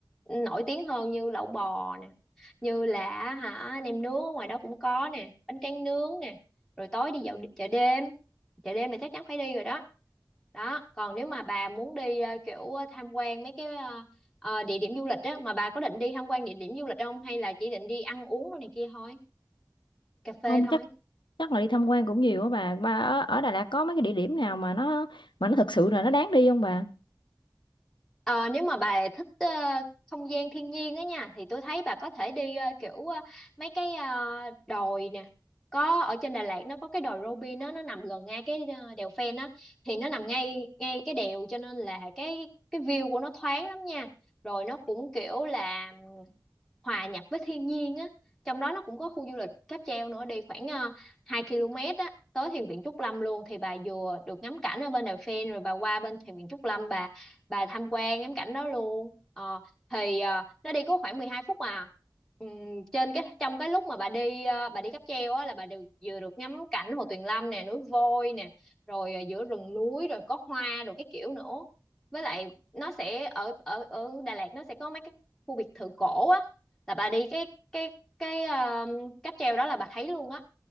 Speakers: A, in the centre; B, on the left.
A: nổi tiếng hơn như lẩu bò nè như là hả nem nướng ở ngoài đó cũng có nè bánh tráng nướng nè rồi tối đi dạo chợ đêm chợ đêm là chắc chắn phải đi rồi đó đó còn nếu mà bà muốn đi ờ, kiểu ờ, tham quan mấy cái ờ, ờ, địa điểm du lịch á mà bà có định đi tham quan địa điểm du lịch không hay là chỉ định đi ăn uống rồi này kia thôi cà phê
B: không
A: thôi
B: chắc chắc là đi tham quan cũng nhiều á bà bà ở, ở Đà Lạt có mấy cái địa điểm nào mà nó mà nó thực sự là nó đáng đi không bà
A: Ờ, nếu mà bà thích ờ, không gian thiên nhiên á nha thì tôi thấy bà có thể đi ờ, kiểu ờ, mấy cái ờ, đồi nè có ở trên Đà Lạt nó có cái đồi Robin đó, nó nằm gần ngay cái ờ, đèo Phen á thì nó nằm ngay ngay cái đèo cho nên là cái cái view của nó thoáng lắm nha rồi nó cũng kiểu là hòa nhập với thiên nhiên á trong đó nó cũng có khu du lịch cáp treo nữa đi khoảng uh, 2 km á tới thiền viện Trúc Lâm luôn thì bà vừa được ngắm cảnh ở bên Đài Phen rồi bà qua bên thiền viện Trúc Lâm bà bà tham quan ngắm cảnh đó luôn Ờ, thì ờ, nó đi có khoảng 12 phút à Ừm, trên cái trong cái lúc mà bà đi ờ, bà đi cáp treo á là bà được vừa được ngắm cảnh Hồ Tuyền Lâm nè núi Voi nè rồi ờ, giữa rừng núi rồi có hoa rồi cái kiểu nữa với lại nó sẽ ở ở ở Đà Lạt nó sẽ có mấy cái khu biệt thự cổ á là bà đi cái cái cái um, cáp treo đó là bà thấy luôn á